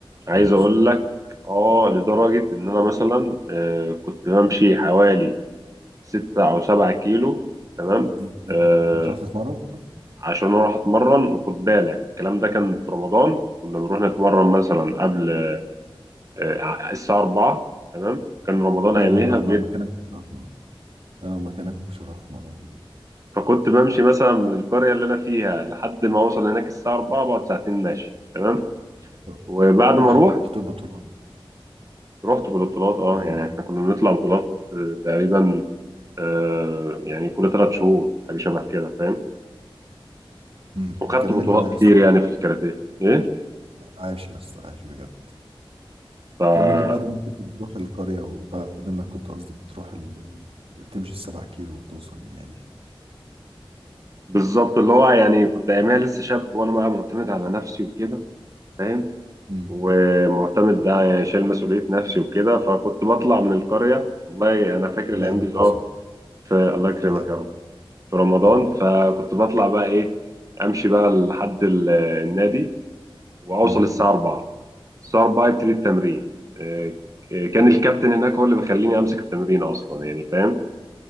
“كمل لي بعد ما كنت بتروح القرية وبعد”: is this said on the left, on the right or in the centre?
Right